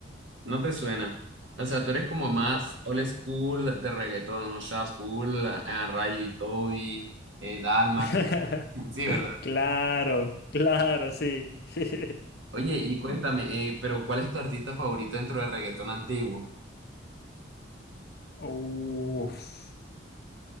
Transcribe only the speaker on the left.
No.
<laughs>
Claro, claro, sí. <laughs>
Uf.